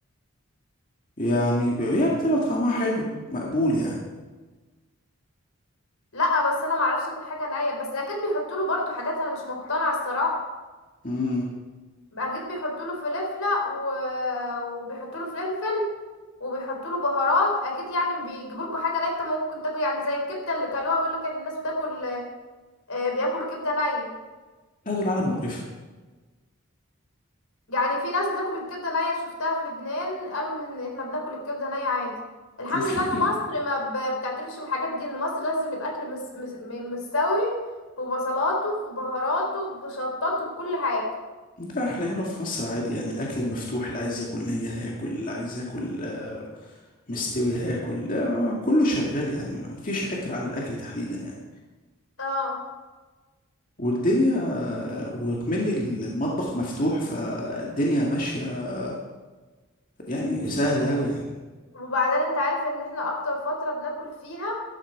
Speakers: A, on the left; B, on the left.
A: يعني ب- هي بتبقى طعمها حلو مقبول يعني
B: لا بس انا ما اعرفش اكل حاجة نية بس اكيد بيحطوا له برضو حاجات انا مش مقتنعة الصراحة
A: امم
B: بقى جيت بيحطوا له فلفله و... وبيحطوا له فلفل وبيحطوا له بهارات اكيد يعني بيجيبوا لكم حاجه نيه انت ممكن تاكل يعني زي الكبده اللي كلوها بيقول لك ان الناس بتاكل آه، بياكل كبده نيه
A: لا دول عالم مقرفة
B: يعني في ناس بتاكل الكبده نيه شفتها في لبنان قالوا ان إن احنا بناكل الكبده نيه عادي الحمد
A: وفي
B: لله ان مصر ما ب- بتعترفش بالحاجات دي ان مصر لازم الاكل مس... مس... م- مستوي ببصلاته ببهاراته بشطاته بكل حاجه
A: ده احنا هنا في مصر عادي يعني الاكل مفتوح اللي عايز ياكل نية هياكل اللي عايز ياكل آه، مستوي هياكل لا، ما- كله شغال يعني ما فيش حكر على الاكل تحديدا يعني
B: اه
A: والدنيا وكمان المطبخ مفتوح فالدنيا ماشية يعني سهلة أوي يعني
B: وبعدين انت عارف ان احنا اكتر فتره بناكل فيها